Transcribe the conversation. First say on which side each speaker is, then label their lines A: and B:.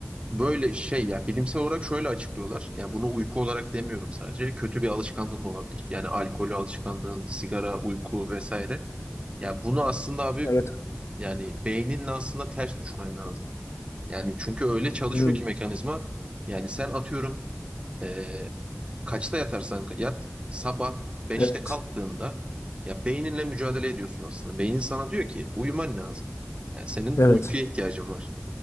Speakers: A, on the right (about 25°); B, on the left (about 85°).
A: Böyle şey ya bilimsel olarak şöyle açıklıyorlar. Ya bunu uyku olarak demiyorum sadece. Kötü bir alışkanlığın da olabilir. Yani alkolü alışkanlığın, sigara, uyku vesaire. Ya bunu aslında abi
B: Evet.
A: yani beyninle aslında ters düşmen lazım. Yani çünkü öyle çalışıyor
B: Hmm,
A: ki mekanizma. Yani sen atıyorum eee, kaçta yatarsan yat sabah beşte
B: evet.
A: kalktığında ya beyninle mücadele ediyorsun aslında. Beynin sana diyor ki uyuman lazım. Yani senin
B: Evet.
A: uykuya ihtiyacın var.